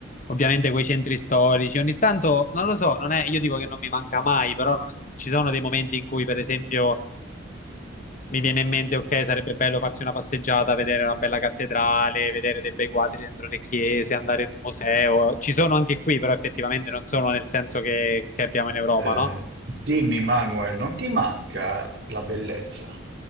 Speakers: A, on the left; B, on the right.
A: Ovviamente quei centri storici, ogni tanto, non lo so, non è... io dico che non mi manca mai, però non- ci sono dei momenti in cui, per esempio... mi viene in mente, ok, sarebbe bello farsi una passeggiata, vedere una bella cattedrale, vedere dei bei quadri dentro le chiese, andare in un museo. Ci sono anche qui, però effettivamente non sono nel senso che, che abbiamo in Europa,
B: Eh,
A: no?
B: dimmi, Manuel, non ti manca la bellezza?